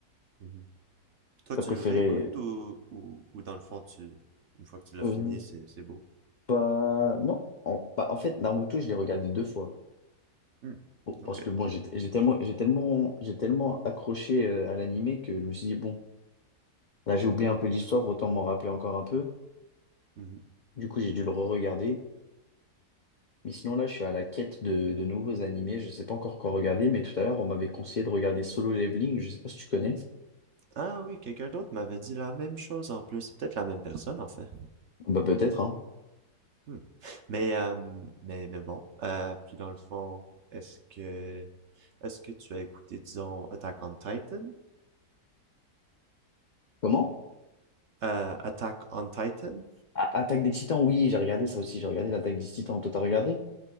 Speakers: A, on the right; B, on the left.
A: Mhm. Toi,
B: T'as
A: tu
B: préféré...
A: le réécoutes ou, ou, ou dans le fond, tu, une fois que tu l'as
B: Euh,
A: fini, c'est, c'est beau?
B: pas... Non. En, bah, en fait, Naruto, je l'ai regardé deux fois.
A: Mm.
B: Bon,
A: Ok.
B: parce que bon, j'ai j'ai tellement, j'ai tellement, j'ai tellement accroché euh, à l'animé que je me suis dit, bon, là, j'ai oublié un peu l'histoire, autant m'en rappeler encore un peu.
A: Mhm.
B: Du coup, j'ai dû le re-regarder. Mais sinon, là, je suis à la quête de, de nouveaux animés. Je sais pas encore quoi regarder, mais tout à l'heure, on m'avait conseillé de regarder Solo Leveling. Je sais pas si tu connais.
A: Ah oui, quelqu'un d'autre m'avait dit la même chose en plus. C'est peut-être la même personne en fait.
B: Bah, peut-être, hein.
A: Hmm. Mais, euh, mais, mais bon. Euh, puis dans le fond, est-ce que, est-ce que tu as écouté, disons, Attack on Titan?
B: Comment?
A: Euh, Attack on Titan?
B: A- Attaque des Titans, oui, j'ai regardé ça aussi. J'ai regardé l'Attaque des Titans. Toi, t'as regardé?